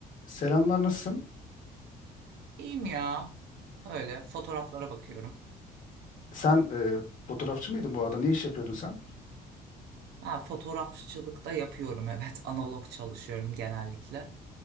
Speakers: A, on the left; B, on the right.
A: Selamlar, nasılsın?
B: İyiyim ya. Öyle fotoğraflara bakıyorum.
A: Sen e, fotoğrafçı mıydın bu arada? Ne iş yapıyordun sen?
B: Ha, fotoğrafçılık da yapıyorum evet. <laughs> Analog çalışıyorum genellikle.